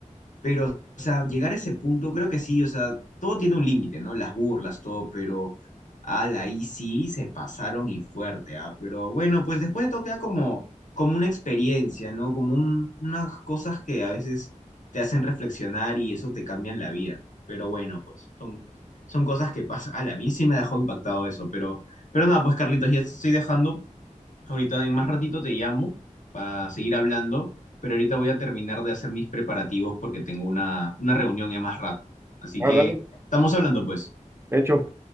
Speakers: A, on the left; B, on the right.
A: pero, o sea, llegar a ese punto, creo que sí, o sea, todo tiene un límite, ¿no? Las burlas, todo, pero, ala, ahí sí se pasaron y fuerte, ¿ah? Pero bueno, pues después de todo queda como, como una experiencia, ¿no? Como un- unas cosas que a veces te hacen reflexionar y eso te cambia la vida, ¿no? Pero bueno, pues son, son cosas que pasan. Ala, a mí sí me dejó impactado eso, pero, pero nada, pues Carlitos, ya te estoy dejando. Ahorita en más ratito te llamo para seguir hablando, pero ahorita voy a terminar de hacer mis preparativos porque tengo una, una reunión en más rato. Así
B: Ah,
A: que
B: dale,
A: estamos hablando pues.
B: hecho.